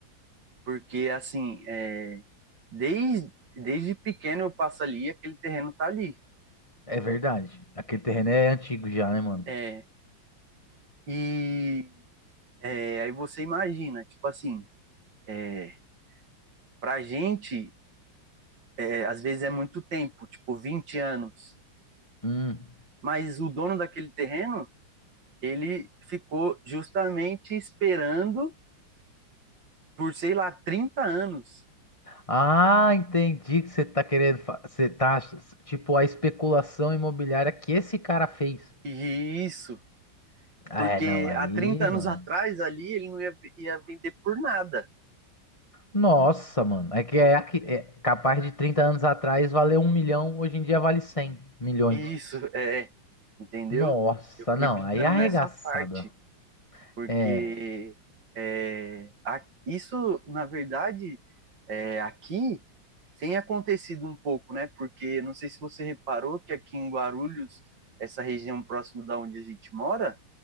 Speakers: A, on the right; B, on the left.
A: Porque, assim, é, desde, desde pequeno eu passo ali e aquele terreno tá ali.
B: é verdade. Aquele terreno é antigo já, né, mano?
A: É, e é, aí você imagina, tipo assim, é, pra gente É, às vezes é muito tempo, tipo 20 anos.
B: Hum.
A: Mas o dono daquele terreno, ele ficou justamente esperando por, sei lá, 30 anos.
B: Ah, entendi que você tá querendo. fa- Você tá. Tipo, a especulação imobiliária que esse cara fez.
A: E isso,
B: Ah,
A: porque
B: é, não, aí,
A: há 30 anos
B: mano.
A: atrás ali ele não ia, ia vender por nada.
B: Nossa, mano. É que é, aqui- é capaz de 30 anos atrás valer um milhão, hoje em dia vale 100 milhões.
A: E Isso, é, entendeu?
B: Nossa,
A: Eu fiquei
B: não,
A: pensando
B: aí é arregaçada.
A: nessa parte. porque
B: É.
A: é, a- isso, na verdade, é, aqui tem acontecido um pouco, né? Porque não sei se você reparou que aqui em Guarulhos, essa região próxima da onde a gente mora,